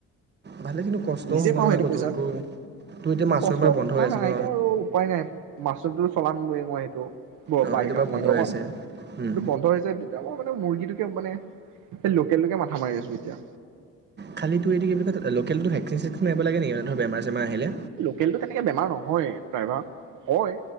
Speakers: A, on the right (about 35°); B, on the right (about 80°).
A: ভালে কিন্তু কষ্টও
B: নিজে
A: হ'ব
B: পাওঁ,
A: নহয়
B: সেইটো
A: আকৌ
B: পইচা।
A: তোৰ তোৰ তোৰ এতিয়া মাছৰুম
B: কষ্ট
A: এবাৰ বন্ধ
B: কথা
A: হৈ আছে
B: নাই।
A: ন
B: এতিয়া আৰু উপায় নাই মাছৰুমটো চলাম, <unintelligible> মই সেইটো। ব,
A: অঁ
B: বাৰিষা
A: এইটো বাৰু
B: সময়টো
A: বন্ধ হৈ
B: অকণ।
A: আছে উম,
B: এইটো বন্ধ হৈ যায়, তেতিয়া মই মানে মুৰ্গীটোকে মানে সেই লোকেলটোকে মাথা মাৰি আছো এতিয়া।
A: খালিতো এইটো কি বুলি কয় লোকেলটো ভেকচিন চেকচিন মাৰিব লাগে নেকি ধ বেমাৰ চেমাৰ আহিলে।
B: লোকেলটো তেনেকে বেমাৰ নহয়ে, প্ৰায়ভাগ। হয়,